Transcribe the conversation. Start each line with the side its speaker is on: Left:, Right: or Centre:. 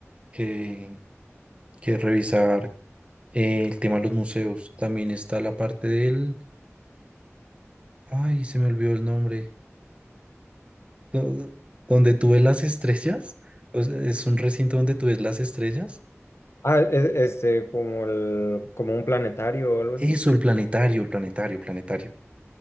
Right: que, que revisar eh, el tema de los museos. También está la parte del, ay, se me olvidó el nombre do- donde tú ves las estrellas, o sea, es un recinto donde tú ves las estrellas.
Left: Ah, e- este, como el, como un planetario o algo
Right: Eso,
Left: así.
Right: el planetario, el planetario, planetario.